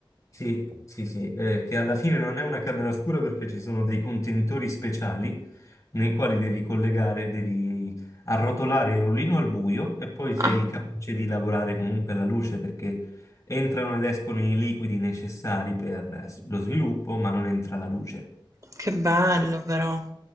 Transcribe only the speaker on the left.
Sì, sì, sì, eh, che alla fine non è una camera oscura perché ci sono dei contenitori speciali nei quali devi collegare, devi arrotolare il rullino al buio e poi
sei capace di lavorare comunque alla luce perché entrano ed escono i liquidi necessari per eh, lo sviluppo, ma non entra la luce.